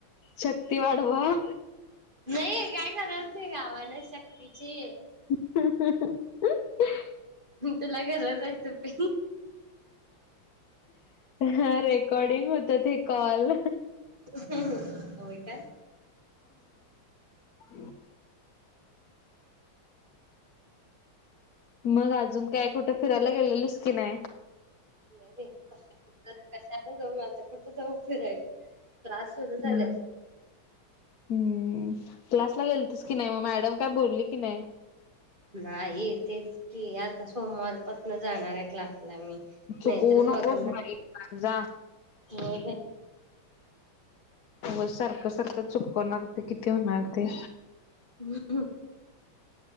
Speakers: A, on the left; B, on the right.
A: शक्ती वाढवा
B: नाही काय गरज नाहीं आम्हाला शक्तींची
A: ह
B: तुला गरज आहे तू पी
A: हा रेकॉर्डिंग हो त ते कॉल.
B: हम् हम् हो काय
A: <inaudible> मंग अजून काय कुठं फिरायला गेलेलीस की नाहीं
B: नाही बाई कशाला जाऊं आता कुठं जाऊं फिरायला त्रास सुरू झाल्यात
A: हम्म हम्म क्लासला गेलतीस की नाही मग मॅडम काय बोलली की नाही
B: नाही ये तेच कि आता सोमवारपासन जाणार आहे क्लासला मी
A: चुकवू
B: नाहीतर
A: नकोस
B: बघणार
A: बाई जा
B: हो का
A: अ सारखं सारखं चुकवणार ते किती होणार ते
B: हम्म ह